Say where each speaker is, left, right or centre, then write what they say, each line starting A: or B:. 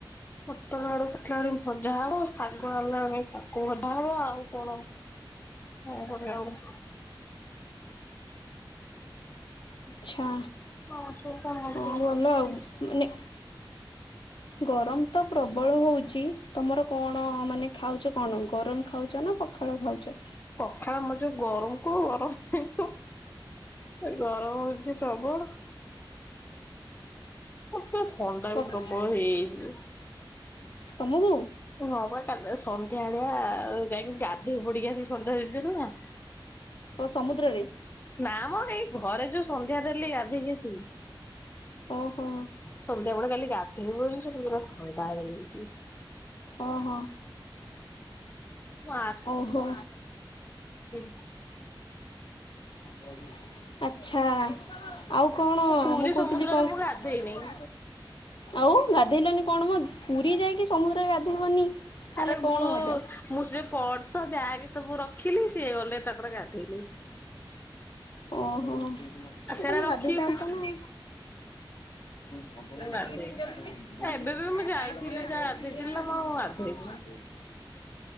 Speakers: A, on the left; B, on the left.
A: ପୋଟଳ, ଆଳୁ କାଠିଲାଣି ଭଜା ହବ, ଶାଗ ଆଣିଲା ବେ ତାକୁ ଭଜା ହବ, ଆଉ କଣ କଣ କରିବା ଆଉ।
B: ଛଅ।
A: ହଁ। ହୋଉ କଣ?
B: ହଁ ଭଲ
A: ମୁଁ ସେ
B: ଆଉ। ମାନେ ଗରମ ତ ପ୍ରବଳ ହୋଉଛି। ତମର କଣ ମାନେ ଖାଉଛ କଣ ଗରମ ଖାଉଛ ନା ପ ପଖାଳ ଖାଉଛ?
A: ପଖାଳ ମ ଯୋଉ ଗରମ କୁ ଗରମ ପା ଏ ଗରମ ହଉଛି ପ୍ରବଳ। ମତେ ଥଣ୍ଡା
B: ପଖା
A: ବି ପ୍ରବଳ ହେଇଯାଇଛି।
B: ତମକୁ?
A: ତୁ ହଁ ବା କାଲି ସନ୍ଧ୍ୟା ଆଳିଆ ଯାଇକି ଗାଧେଇ ପଡିକି ଆସି ସନ୍ଧ୍ୟା ଦେଇ ଦେଲୁ ନା
B: ଓ ସମୁଦ୍ରରେ
A: ନାମ ଏଇ ଘରେ ଯୋଉ ସନ୍ଧ୍ୟା ଦେଲି ଗାଧେଇଲି ଆସିକି।
B: ଓହୋ
A: ସନ୍ଧ୍ୟା ବେଳେ କାଲି ଗାଧେଇ ପାଇଲି ଯେ ପୁରା ଥଣ୍ଡା ହେଇଯାଇଛି।
B: ଓହୋ।
A: ମୁଁ ଆର୍
B: ଓହୋ
A: <unintelligible>
B: ହଜ <inaudible> ଆଚ୍ଛା ଆଉ କଣ
A: ପୁରୀ
B: ମୁଁ କହୁଥିଲି
A: ସମୁଦ୍ରରେ
B: କଣ
A: ମୁଁ ଗାଧେଇନି।
B: ଆଉ ଗାଧେଇଲନି କଣ ମ, ପୁରୀ ଯାଇକି ସମୁଦ୍ରରେ ଗାଧେଇବନି ତାହେଲେ
A: ଆରେ
B: କଣ
A: ମୁଁ
B: ମଜା।
A: ମୁଁ ସେ ପର୍ସ ବ୍ୟାଗ୍ ସବୁ ରଖିଲି, ସିଏ ଗଲେ ତାଙ୍କର ଗାଧେଇଲେ।
B: ଓହୋ।
A: ଆ
B: ସେ
A: ସେରା
B: ତମେ
A: ରଖିକି
B: ଗାଧେଇ ଥାଆନ୍ତ
A: କୁ
B: ନା? ମି
A: ମୁଁ ଗାଧେଇନି। ଏବେ ବି ମୁଁ ଯାଇଥିଲି
B: <inaudible>
A: ଯା ଗାଧେଇଥିଲି ନା ମୁଁ ଆଉ ଗାଧେଇନି।